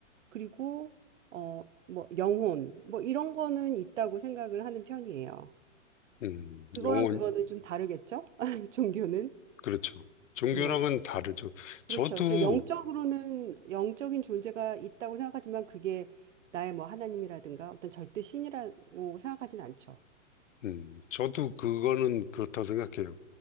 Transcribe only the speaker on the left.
음,
영혼,
그렇죠. 종교랑은
다르죠.
저도,
음, 저도 그거는 그렇다고 생각해요.